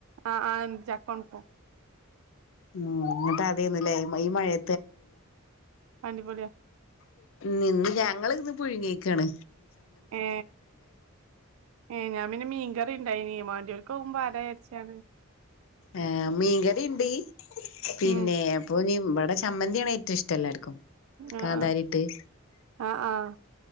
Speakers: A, on the right (about 75°); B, on the left (about 65°).
A: ആഹ് ആ എന്ത് ചക്കൊണക്കും
B: ഉം ന്നിട്ട് അതിന്നല്ലേ ഈ മ മഴെ
A: അടിപൊളിയാ
B: നിന്ന് ഞങ്ങള് ഇന്ന് പുഴുങ്ങ്യെക്കാണ്
A: ഏ ഏ ഞാൻ പിന്നെ മീൻകറി ഇണ്ടായിനി മാൻണ്ടിയൊൽക്ക്അ തും പാരാച്ചാണ്ട്
B: ആ മീൻകറിണ്ട് പിന്നെ
A: ഉം
B: ഇപ്പൊ നി വടെ ചമ്മന്ത്യാണ് ഏ ഇഷ്ടല്ലാര്ക്കും
A: ആഹ്
B: കാന്താരിട്ട് തൈ
A: ആഹ് ആഹ് ആഹ്